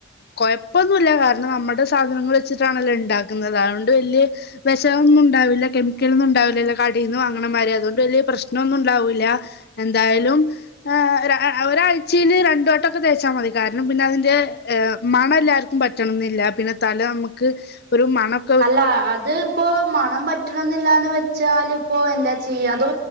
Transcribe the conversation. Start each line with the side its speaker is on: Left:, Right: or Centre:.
Left: കൊഴപ്പൊന്നുല്ല കാര്ണം നമ്മെടെ സാധനങ്ങൾ വെച്ചിട്ടാണല്ലോ ഇണ്ടാക്കുന്നത് അതോണ്ട് വെല്യ വിഷമൊന്നുണ്ടാവില്ല കെമിക്കലൊന്നും ഉണ്ടാവിലല്ലൊ കടേന്ന് വാങ്ങ്ണ മായ്രി അതുകൊണ്ട് വെല്യ പ്രശ്നം ഒന്നും ഉണ്ടാവൂല്ല എന്തായാലും ആഹ് ഒരാഴ്ചേല് രണ്ട് വട്ട ഒക്കെ തേച്ചാ മതി കാരണം പിന്നെ അതിന്റെ മണ എല്ലാർക് പറ്റണം ന്നില്ല പിന്നെ തല നമക്ക് ഒരു മണം
Right: അല്ല അത് ഇപ്പോ മണം പറ്റണം എന്നില്ലാന്നെ വെച്ചാല് ഇപ്പോ എന്നാ ചെയ്യ അതോ